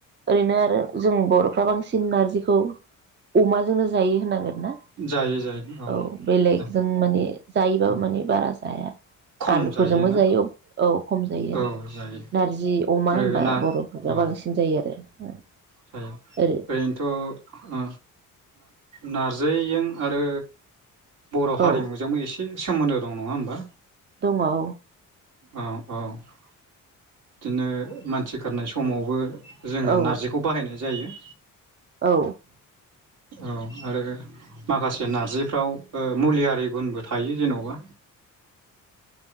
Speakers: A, on the right; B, on the right.
A: ओरैनो आरो जों बर'फ्रा बांसिन सिन नारजिखौ अमाजोंनो जायो होनांगोन ना
B: जायो जायो
A: औ बेलेगजों
B: औ
A: माने जायोबाबो
B: औ
A: माने बारा जाया
B: खम
A: आलुफोरजोंबो
B: जायोना
A: जायो औ खम जायो
B: औ
A: आरो
B: जायो
A: नारजि अमा
B: ओ
A: होनोमबा
B: ना
A: बर'फोरा
B: औ
A: बांसिन जायो आरो <inaudible>
B: जायो
A: ओरै
B: <unintelligible> थ' ओ‌ नारज दैजों आरो बर' हारिमुजोंबो
A: औ
B: ए से सोमोनदो दं नङा होमबा
A: दङो औ
B: औ औ बिदिनो मानसि गारनाय समावबो जोङो
A: औ
B: नारजिखौ बाहायनाय जायो
A: औ
B: औ आरो माखासे नारजिफ्राव ओ मुलियारि गुनबो थायो जेन'बा